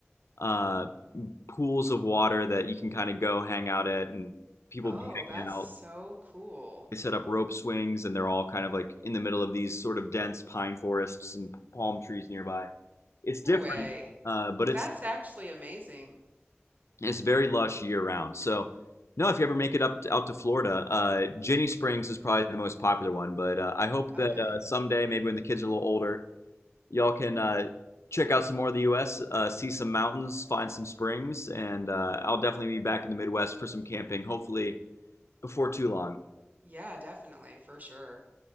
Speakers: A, on the left; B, on the right.
A: uh, pools of water that you can kind of go hang out at, and people
B: Oh,
A: be
B: that's
A: hanging out.
B: so cool.
A: They set up rope swings, and they're all kind of like in the middle of these sort of dense pine forests and palm trees nearby. It's
B: No
A: different,
B: way.
A: uh, but it's
B: That's actually amazing.
A: It's very lush year round. So, no, if you ever make it up to, out to Florida, uh, Jenny Springs is probably the most popular one. But uh, I hope
B: Okay.
A: that uh, someday, maybe when the kids are a little older, y'all can uh, check out some more of the U.S., uh, see some mountains, find some springs, and uh, I'll definitely be back in the Midwest for some camping, hopefully before too long.
B: Yeah, definitely, for sure.